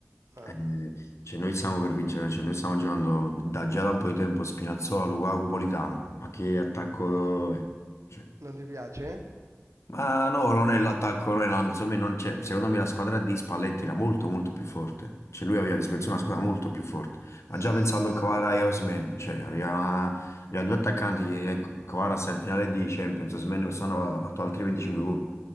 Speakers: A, on the right; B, on the left.
A: Eh,
B: Eh, cioè noi stiamo per vincere, cioè noi stiamo giocando da già da un po' di tempo Spinazzola, Lukaku, Politano, ma che attacco è? Cioè,
A: non ti piace?
B: ma no, non è l'attacco, non è la- insomma, non c'è- secondo me la squadra di Spalletti era molto molto più forte, cioè lui aveva a disposizione una squadra molto più forte, ma
A: Sì.
B: già pensando a Kvara e Osimhen, cioè aveva, aveva due attaccanti, che, ecco, Kvara sta in finale di Champions, Osimhen quest'anno ha fatto altri 25 gol,